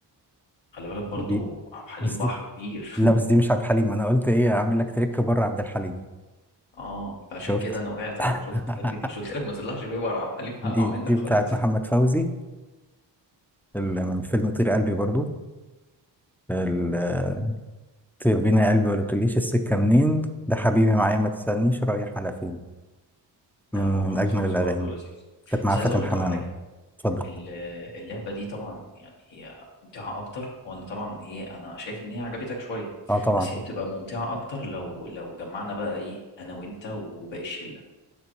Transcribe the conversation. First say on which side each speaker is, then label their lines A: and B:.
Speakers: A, on the left; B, in the centre.
A: خلي بالك برضو
B: دي
A: عبد الحليم
B: بس دي
A: بحر كبير
B: لا
A: <laughs>
B: بس دي مش عبد الحليم أنا قلت إيه أعمل لك تريك بره عبد الحليم
A: اه فعشان
B: شفت
A: كده أنا وقعت أهو
B: <laughs>
A: شفت جليت مش قلت لك ما تطلعش بيه بره عبد الحليم هقع
B: دي
A: منك
B: دي بتاعت
A: خالص
B: محمد فوزي ال-
A: مم.
B: من فيلم طير قلبي برضو ال- طير بينا يا قلبي ولا تقوليش السكة منين ده حبيبي معايا ما تسألنيش رايح على فين
A: لا
B: من من
A: هو محمد
B: أجمل
A: فوزي
B: الأغاني
A: برضو لذيذ
B: كانت مع
A: بس
B: فاتن
A: عايز أقول لك
B: حمامة
A: على حاجة
B: اتفضل
A: ال- اللعبة دي طبعا يعني هي ممتعة أكتر وأنا طبعا إيه أنا شايف إن هي عجبتك شوية
B: اه طبعا
A: بس هي بتبقى ممتعة أكتر لو لو جمعنا بقى إيه أنا وأنت وباقي الشلة